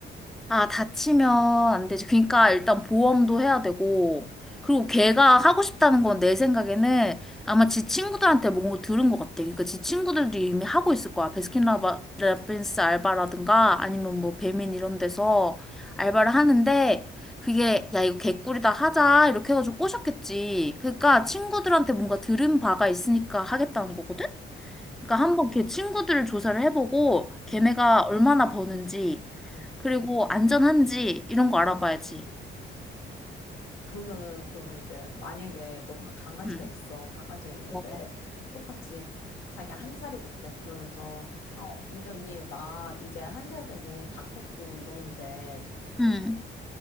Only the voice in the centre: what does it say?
아, 다치면 안 되지. 그러니까 일단
보험도 해야 되고, 그리고 걔가 하고 싶다는 건 내 생각에는 아마 지 친구들한테 뭔가 들은 것 같아. 그러니까 지 친구들도 이미 하고 있을 거야. 베스킨라빈스 알바라든가 아니면 뭐 배민 이런 데서 알바를 하는데 그게 야, 이거 개꿀이다 하자. 이렇게 해가지고 꼬셨겠지. 그러니까 친구들한테 뭔가 들은 바가 있으니까 하겠다는 거거든? 그러니까 한번 걔 친구들을 조사를 해보고 걔네가
얼마나 버는지
그리고 안전한지 이런 거 알아봐야지.
응,
맞아.
응,